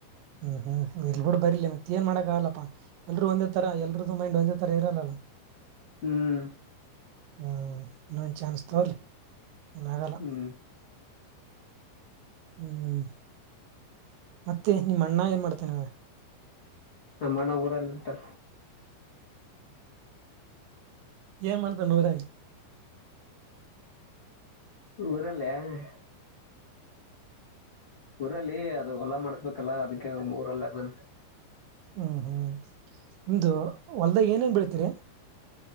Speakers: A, on the right; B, on the left.
A: ಹ್ಮ್ ಹ್ಮ್ ಇಲ್ ಬಿೂಡ ಬರ್ಲಿ ಮತ್ತೆ ಏನ್ ಮಾಡಕ್ ಆಗಲ್ಲಪ್ಪಾ ಎಲ್ರು ಒಂದೇ ತರ ಎಲ್ರದದು ಮೈಂಡ್ ಒಂದೇ ತರ ಇರ <inaudible>
B: ಹ್ಮ್
A: ಹ್ಮ್ ಇನ್ನೊಂದ ಚಾನ್ಸ್ ತಗಲಿ ಏನಾಗಲ್ಲ
B: ಹ್ಮ್
A: ಹ್ಮ್ ಮತ್ತೆ ನಿಮ್ಮ ಅಣ್ಣ ಏನ್ ಮಾಡ್ತೇನೆ ಅವ್ರ
B: ನಮ್ಮ ಮಣ್ಣ ಊರಲ್ಲಿಟಾರ
A: ಏನ್ ಮಾಡ್ತ ನೂರ
B: ಊರಲ್ಲಿೇ <unintelligible> ಊರಲ್ಲಿ ಅದು ಹೊಲಾ ಮಾಡ್ಸ್ಬೇಕಲ್ಲ ಅದಕ್ಕೆ ಊರಲ್ಲದನ್
A: ಹ್ಮ್ ಹ್ಮ್ ನಿಮ್ದು ಹೊಲ್ದಾಗ ಏನೇನ್ ಬೀಳ್ತೀರಿ